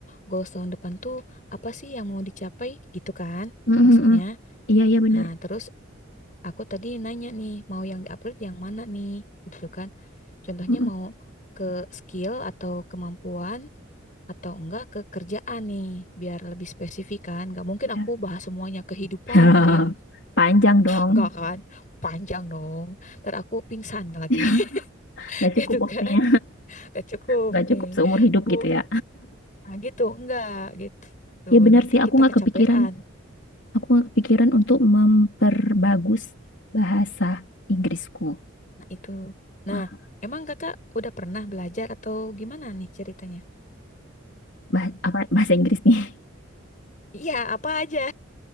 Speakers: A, on the left; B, on the left.
A: Goals tahun depan tuh apa sih yang mau dicapai gitu kan?
B: Mhm,
A: Maksudnya.
B: mhm. Iya, iya benar.
A: Nah, terus aku tadi nanya nih mau yang di-upgrade yang mana nih gitu kan contohnya
B: Mhm.
A: mau ke skill atau kemampuan atau enggak ke kerjaan nih biar lebih spesifik kan Gak mungkin
B: Ya.
A: aku bahas semuanya kehidupan
B: <laughs>
A: gitu ya
B: Panjang dong.
A: enggak kan panjang dong ntar aku pingsan lagi
B: <laughs>
A: <laughs>
B: Nggak
A: gitu
B: cukup waktunya.
A: kan gak cukup
B: Nggak
A: nih
B: cukup seumur hidup
A: aku
B: gitu ya.
A: nah gitu enggak gitu
B: Ya benar
A: nanti
B: sih, aku
A: kita
B: nggak
A: kecapean
B: kepikiran Aku kepikiran untuk memperbagus bahasa Inggrisku.
A: nah itu nah
B: Ah,
A: emang kakak udah pernah belajar atau gimana nih ceritanya
B: bah- apa bahasa Inggris nih? <laughs>
A: Iya, apa aja?